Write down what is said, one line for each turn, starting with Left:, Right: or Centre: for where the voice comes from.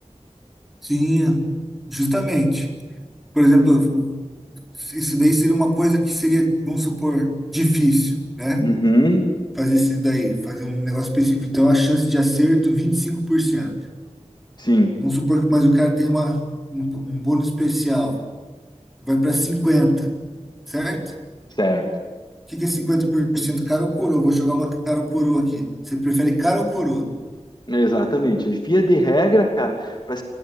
Centre: sim, justamente. Por exemplo, o- isso daí seria uma coisa que seria, vamos supor, difícil, né?
Left: Uhum,
Centre: Fazer isso daí, fazer um negócio específico. Então, a chance de acerto, vinte e cinco por cento
Left: sim,
Centre: Vamos supor que, mas o cara tem uma, um, um bônus especial, vai para 50, certo?
Left: certo.
Centre: O que que é cinquenta por cento Cara ou coroa? Vou jogar uma cara ou coroa aqui. Você prefere cara ou coroa?
Left: Exatamente. Via de regra, cara, para